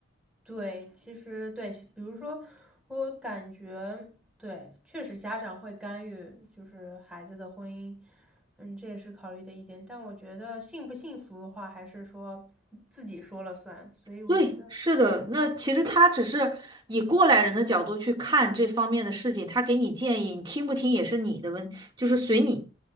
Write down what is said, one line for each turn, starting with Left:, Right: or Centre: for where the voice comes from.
Centre: 对，其实对，比如说，我感觉对，确实家长会干预，就是孩子的婚姻，嗯，这也是考虑的一点。但我觉得幸不幸福的话，还是说自己说了算。所以我觉得，
Right: 对，是的，那其实他只是以过来人的角度去看这方面的事情，他给你建议，你听不听也是你的问，就是随你。